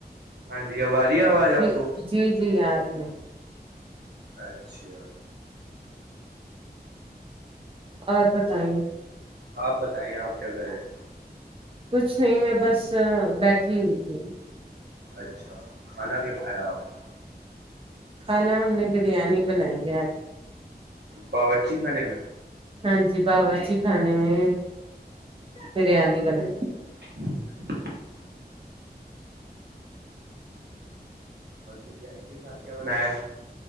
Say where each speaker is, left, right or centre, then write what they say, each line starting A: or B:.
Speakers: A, on the right; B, on the right.
A: ہاں جی اب آرہی ہے آواز
B: جی
A: آپ کو
B: جی جی آ رہی ہے
A: اچھا
B: اور بتائیں
A: آپ بتائیں آپ کیا کر رہے تھے
B: کچھ نہیں میں بس بیٹھی ہوئی تھی
A: اچھا کھانا کیا کھایا آپ نے
B: کھانا ہم نے بریانی بنائی ہے آج
A: باورچی خانے میں
B: ہاں جی باورچی خانے میں بریانی بنائی
A: اچھا اور بریانی کے ساتھ کیا بنایا